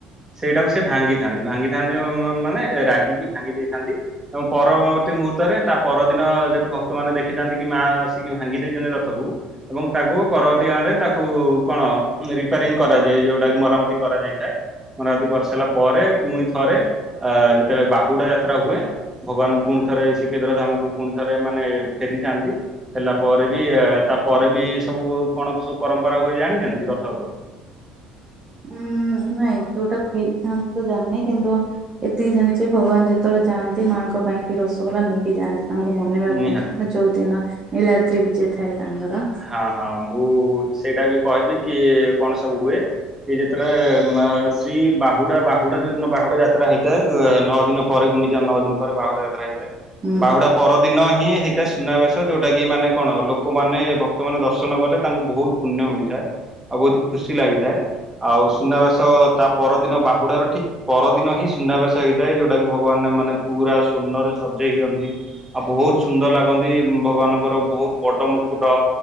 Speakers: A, on the right (about 15°); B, on the right (about 30°).
A: ସେଇଟାକୁ ସେ ଭାଙ୍ଗିଥାନ୍ତି। ଭାଙ୍ଗିଥାନ୍ତି ମାନେ ରାଗିକି ଭାଙ୍ଗି ଦେଇଥାନ୍ତି। ଏବଂ ପରବର୍ତ୍ତୀ ମୁହୂର୍ତ୍ତରେ ତା ପରଦିନ ଯେହତୁ ଭକ୍ତମାନୋନ ଦେଖିଥାନ୍ତି କି ମା ଆସିକି ଭାଙ୍ଗି ଦେଇଛନ୍ତି ରଥକୁ ଏବଂ ତାକୁ ପରବର୍ତ୍ତୀକାଳରେ ତାକୁ କଣ ରିପାରିଂ କରାଯାଏ ଯୋଉଟା କି ମରାମତି କରାଯାଇଥାଏ। ମରାମତି କରିସାରିଲା ପରେ ପୁଣି ଥରେ ଆ ତେବେ ବାହୁଡା ଯାତ୍ରା ହୁଏ ଭଗବାନ ପୁଣି ଥରେ ଶ୍ରୀକ୍ଷେତ୍ର ଧାମକୁ ପୁଣି ଥରେ ମାନେ ଫରିଥାନ୍ତି। ହେଲା ପରେ ବି ତାପରେ ବି ସବୁ କଣ ସବୁ ପରମ୍ପରା ହୁଏ ଜାଣିଛନ୍ତି ରଥ ଉପରେ?
B: ଉଁ ନାଇଁ ଯୋଉଟା ଫେରିଥାନ୍ତି ତ ଜାଣିନି କିନ୍ତୁ ଏତିକି ଜାଣିଛି ଭଗବାନ ଯେତେବେଳେ ଯାଆନ୍ତି ମାଆଙ୍କ ପାଇଁ କି ରସଗୋଲା ନେଇକି ଯାଆନ୍ତି। ତାଙ୍କୁ ମନେଇବା
A: ନିହାତି
B: ପାଇଁ ଯୋଉ ଦିନ ନୀଲାଦ୍ରି ବିଜେ ଥାଏ ତାଙ୍କର।
A: ହଁ-ହଁ ମୁଁ ସେଇଟା ବି କହିବି କି କଣ ସବୁ ହୁଏ କି ଯେତେବେଳେ ଶ୍ରୀ ବାହୁଡା-ବାହୁଡା ଯୋଉଦିନ ବାହୁଡା ଯା ଯାତ୍ରା ହେଇଥାଏ ନଅ ଦିନ ପରେ ଗୁଣ୍ଡିଯା ନଅ ଦିନ ପରେ ବାହୁଡା ଯାତ୍ରା ହେଇଥାଏ
B: ହୁଁ
A: ବାହୁଡା ପରଦିନ ହିଁ ହେଇଥାଏ ସୁନାବେଶ ଯୋଉଟା କି ମାନେ କଣ ଲୋକମାନେ ମାନେ ଦର୍ଶନ କଲେ ତାଙ୍କୁ ବହୁତ ପୁଣ୍ୟ ମିଳିଥାଏ ଆଉ ବହୁତ ବି ଖୁସି ଲାଗିଥାଏ ଆଉ ସୁନାବେସ ତା ପରଦିନ ବାହୁଡ଼ାର ଠିକ ପରଦିନ ହିଁ ସୁନାବେଶ ହେଇଥାଏ ଯୋଉଟା କି ଭଗବାନ ମାନେ ପୁରା ସ୍ଵର୍ଣ୍ଣରେ ସଜେଇ ହିଅନ୍ତି ଆଉ ବହୁତ ସୁନ୍ଦର ଲାଗନ୍ତି ଭଗବାନଙ୍କର ବହୁତ ବଡ଼ ମୁକୁଟ